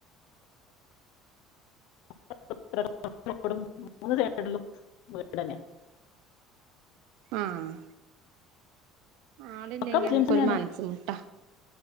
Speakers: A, on the left (about 65°); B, on the right (about 65°).
A: <unintelligible> വീടെന്നെയാ
B: ആഹ് ആളില്ലെങ്കി
A: ഒക്കെ മുസ്ലിംസ്
B: നമ്മക്കൊരു
A: തന്നെയാണ്
B: മനസ്സ് മുട്ടാ